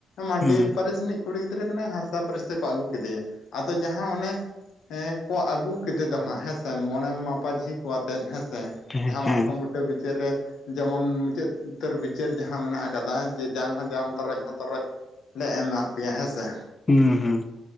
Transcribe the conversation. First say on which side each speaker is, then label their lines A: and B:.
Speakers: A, on the left; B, on the left.
A: ᱢᱟᱱᱰᱤ
B: ᱦᱩᱸ
A: ᱯᱟᱹᱨᱤᱥ ᱨᱤᱱᱤᱡ ᱠᱩᱲᱤ ᱜᱤᱫᱽᱨᱟᱹ ᱠᱟᱱᱟᱭ ᱦᱟᱸᱥᱫᱟ ᱯᱟᱹᱨᱤᱥ ᱛᱮᱠᱚ ᱟᱹᱜᱩ ᱠᱮᱫᱮᱭᱟ ᱟᱫᱚ ᱡᱟᱦᱟᱸ ᱚᱱᱮ ᱦᱮᱸ ᱠᱚ ᱟᱹᱜᱩ ᱠᱮᱫᱮ ᱫᱚ ᱦᱟᱸᱜ ᱦᱮᱸᱥᱮ ᱢᱚᱬᱮ ᱢᱟ-ᱯᱟᱹᱡᱷᱤ ᱠᱚ ᱟᱛᱮᱜ ᱦᱮᱸᱥᱮ
B: ᱦᱮᱸ
A: ᱡᱟᱦᱟᱸᱢᱟᱛᱠᱚᱢ
B: ᱦᱮᱸ
A: ᱵᱩᱴᱟᱹ ᱵᱤᱪᱟᱹᱨ ᱨᱮ ᱡᱮᱢᱚᱱ ᱢᱩᱪᱟᱹᱫ ᱩᱛᱟᱹᱨ ᱵᱤᱪᱟᱹᱨ ᱡᱟᱦᱟᱸ ᱢᱮᱱᱟᱜ ᱠᱟᱫᱟ ᱡᱮ ᱡᱟᱝ ᱦᱚᱸ ᱡᱟᱝ ᱛᱚᱨᱚᱡ ᱦᱚᱸ ᱛᱚᱨᱚᱡ ᱞᱮ ᱮᱢᱟᱜ ᱯᱮᱭᱟ ᱦᱮᱸᱥᱮ᱾
B: ᱦᱩᱸ ᱦᱩᱸ